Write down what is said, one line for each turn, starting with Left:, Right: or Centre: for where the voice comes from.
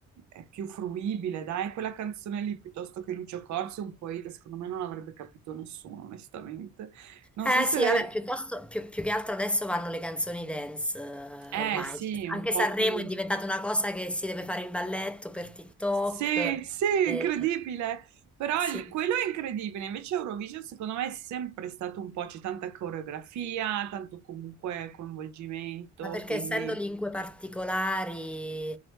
Right: è più fruibile, dai, quella canzone lì piuttosto che Lucio Corsi, un poeta, secondo me non l'avrebbe capito nessuno, onestamente. Non
Centre: Eh
Right: so se
Centre: sì,
Right: lei...
Centre: vabbè, piuttosto, più, più che altro adesso vanno le canzoni dance eh,
Right: Eh
Centre: ormai.
Right: sì, un
Centre: Anche
Right: po'
Centre: Sanremo
Right: più...
Centre: è diventata una cosa che si deve fare il balletto per TikTok.
Right: Sì, sì,
Centre: eh,
Right: incredibile, però il-
Centre: sì.
Right: quello è incredibile, invece Eurovision secondo me è sempre stato un po', c'è tanta coreografia, tanto comunque coinvolgimento,
Centre: Ma perché
Right: quindi
Centre: essendo lingue particolari,